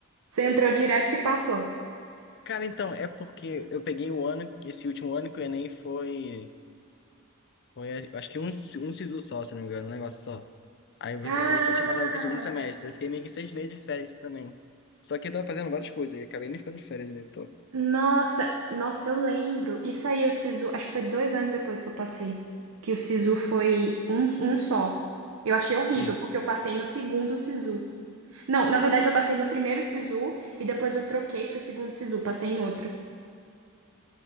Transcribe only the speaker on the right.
Você entrou direto que passou.
Ah!
Nossa, nossa, eu lembro. Isso aí, o Sisu, acho que foi dois anos depois que eu passei, que o Sisu foi um, um só. Eu achei horrível,
porque eu passei no segundo Sisu. Não, na verdade, eu passei no primeiro Sisu e depois eu troquei pro segundo Sisu, passei em outro.